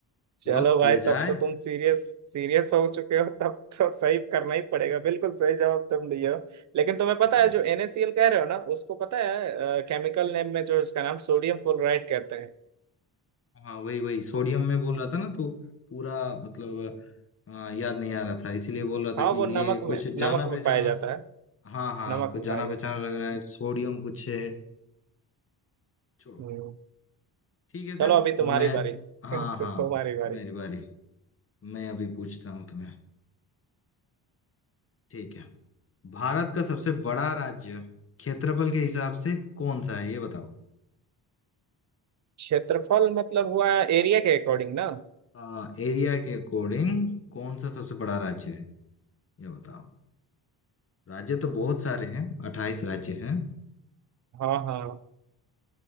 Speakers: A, on the right (about 45°); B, on the left (about 35°).
A: चलो
B: लॉक
A: भाई
B: किया जाए
A: तब तो तुम सीरियस सीरियस हो चुके हो तब तो सही करना ही पड़ेगा बिल्कुल सही जवाब तुम दिए हो लेकिन तुम्हें पता
B: अरे
A: है जो NaCl कह रहे हो ना उसको पता है केमिकल नेम में जो इसका नाम सोडियम क्लोराइड कहते हैं
B: हाँ वही वही सोडियम में बोल रहा था ना तो पूरा मतलब आ, याद नहीं आ रहा था इसीलिए बोल रहा था
A: हाँ
B: कि
A: वो नमक
B: ये
A: में
B: कुछ जाना
A: नमक
B: पहचाना
A: में पाया जाता है
B: हाँ हाँ
A: नमक
B: कुछ
A: में
B: जाना
A: पाया जाता
B: पहचाना लग रहा है
A: है
B: सोडियम कुछ है छोड़ो
A: हम्म,
B: ठीक है
A: चलो
B: फिर
A: अभी तुम्हारी
B: मैं
A: बारी <laughs>
B: हाँ
A: तुम्हारी
B: हाँ
A: बारी
B: मेरी बारी मैं अभी पूछता हूँ तुम्हें ठीक है भारत का सबसे बड़ा राज्य क्षेत्रफल के हिसाब से कौन सा है ये बताओ
A: क्षेत्रफल मतलब हुआ एरिया के अकॉर्डिंग ना
B: आ, एरिया के अकॉर्डिंग कौन सा सबसे बड़ा राज्य है ये बताओ राज्य तो बहुत सारे हैं अट्ठाईस राज्य हैं
A: हाँ हाँ